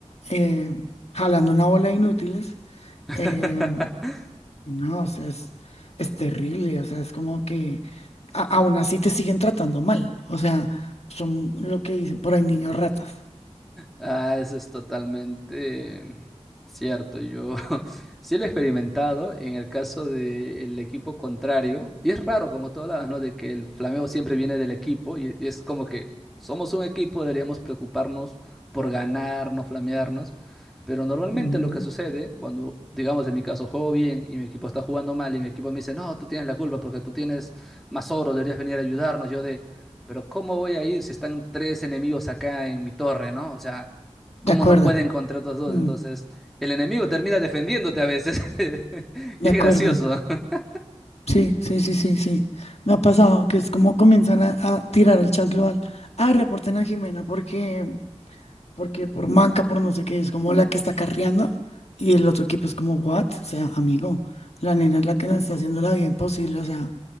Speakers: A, on the left; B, in the centre.
A: eh, jalando una bola de inútiles.
B: <laughs>
A: eh, no, o sea, es, es terrible, o sea, es como que a- aún así te siguen tratando mal. O sea, son lo que dicen por ahí niños ratas.
B: Ah, eso es totalmente cierto. Yo <laughs> sí lo he experimentado y en el caso del equipo contrario, y es raro como tú hablabas, ¿no? De que el flameo siempre viene del equipo y, y es como que somos un equipo, deberíamos preocuparnos por ganar, no flamearnos, pero normalmente
A: Mm,
B: lo que sucede cuando, digamos, en mi caso juego bien y mi equipo está jugando mal y mi equipo me dice, no, tú tienes la culpa porque tú tienes más oro, deberías venir a ayudarnos, yo de... Pero ¿cómo voy a ir si están tres enemigos acá en mi torre, ¿no? O sea,
A: de
B: ¿cómo
A: acuerdo,
B: no pueden contra estos dos?
A: mm,
B: Entonces, el enemigo termina defendiéndote a veces. <laughs>
A: de
B: Y es
A: acuerdo.
B: gracioso. <laughs>
A: Sí, sí, sí, sí, sí. Me ha pasado que es como comienzan a, a tirar al chat global. Ah, reporten a Jimena porque, porque por manca, por no sé qué, es como la que está carreando. Y el otro equipo es como, what? O sea, amigo, la nena es la que nos está haciendo la vida imposible. O sea,